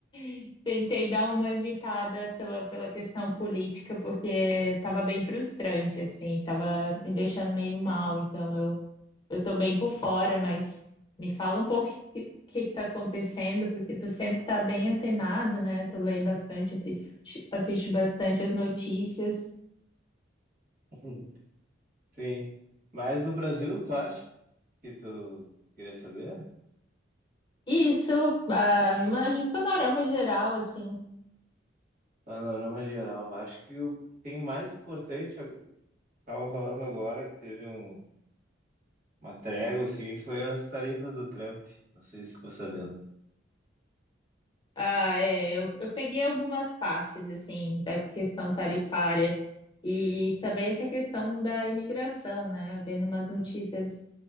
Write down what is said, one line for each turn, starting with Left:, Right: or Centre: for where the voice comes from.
Left: <laughs> Tentei dar uma evitada pela, pela questão política, porque tava bem frustrante, assim, tava me deixando meio mal. Então, eu, eu tô bem por fora, mas me fala um pouco o que, o que que tá acontecendo, porque tu sempre tá bem antenado, né? Tu lê bastante, assiste, assiste bastante as notícias.
Right: <laughs> Sim, mas do Brasil, tu acha que tu queria saber?
Left: Isso, ah, mas de panorama geral, assim.
Right: Panorama geral, acho que o que tem mais importante, eu tava falando agora que teve um- uma trégua assim, foi as tarifas do Trump, não sei se ficou sabendo.
Left: Ah, é, eu, eu peguei algumas partes, assim, da questão tarifária e também essa questão da imigração, né? Vendo umas notícias